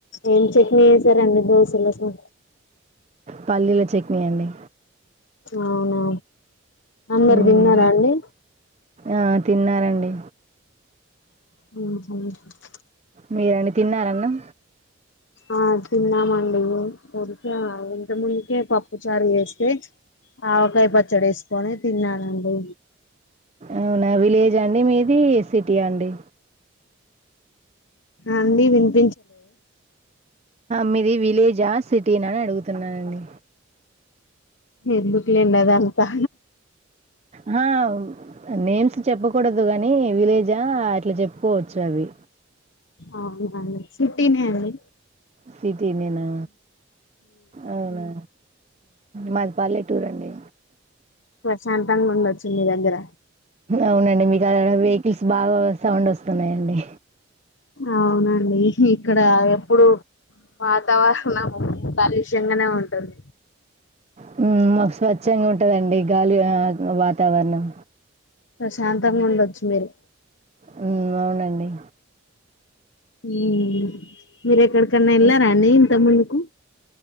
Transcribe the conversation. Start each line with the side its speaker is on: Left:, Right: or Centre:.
Left: ఏం చెట్నీ చేసారండి దోసెలకు
Right: పల్లీల చట్నీ అండి
Left: అవున అందరు
Right: ఉమ్.
Left: తిన్నారా అండి
Right: ఆ తిన్నారండి
Left: ఉ <unintelligible>
Right: మీరండి తిన్నార అన్నం
Left: ఆ తిన్నామండి <unintelligible> ఇంతకు ముందుకే పప్పు చారు చేేస్తే ఆ ఒక పచ్చడి వేసుకొని తిన్నానండి
Right: అవునా విలేజ అండి మిది ఇది సిటి అండి
Left: అండి <unintelligible>
Right: మీది విలేజా సిటీన అని అడుగుతున్నానండి
Left: ఎందుకులెండి అదంతా
Right: హా నేమ్స్ చెప్పకూడదు గాని విలేజా అట్ల చెప్పుకోవచ్చు అవి
Left: అవునండి సిటీినే అండి
Right: సిటీ నేనా అవునా మాది పల్లెటూర్ అండి
Left: ప్రశాంతంగా ఉండొచ్చు మీ దగ్గర
Right: అవునండి మీకు అలా వెహికల్స్ బాగా సౌండ్ వస్తున్నాయండి
Left: అవునండి ఇక్కడ ఎప్పుడు వాతావరణం కాలుష్యన్గనే ఉంటది.
Right: హ్మ్మ్ మాకు స్వచ్ఛంగా ఉంటుందండి గాలి వాతావరణం
Left: ప్రశాంతంగా ఉండొచ్చు మీరు
Right: హ్మ్ అవునండి
Left: హ్మ్మ్ మీరెక్కడ ఎటన్న ఎల్లారా
Right: మ్మ్.
Left: అండి ఇంతకు ముందుకు